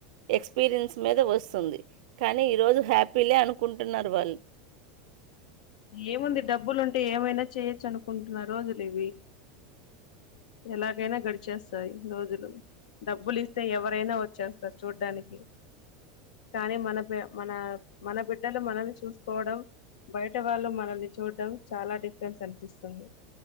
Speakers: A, on the right; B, on the left.
A: ఎక్స్పీరియన్స్ మీద వస్తుంది, కానీ ఈరోజు హ్యాపీ లే అనుకుంటున్నారు, వాళ్ళు
B: ఏముంది డబ్బులు ఉంటే ఏమైనా చేయొచ్చు అనుకుంటున్నారు, రోజులు ఇవి ఎలాగైనా గడిచేస్తాయి, రోజులు డబ్బులు ఇస్తే ఎవరైన వచ్చేస్తారు చూడ్డానికి కానీ మన మన మన బిడ్డలు మనల్ని చూసుకోవడం బయ ట వాళ్ళు మనల్ని చూడడం చాలా డిఫరెన్స్ అనిపిస్తుంది.